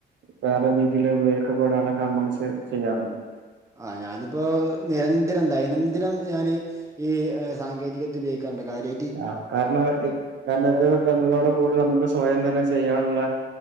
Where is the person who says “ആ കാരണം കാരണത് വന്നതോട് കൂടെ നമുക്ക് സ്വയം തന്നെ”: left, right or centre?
Right